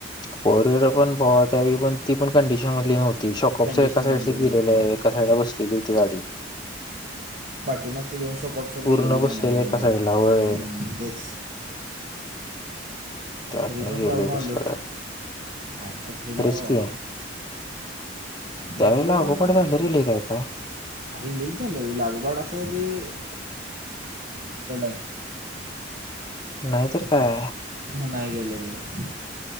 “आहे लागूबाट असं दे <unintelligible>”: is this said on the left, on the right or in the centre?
Right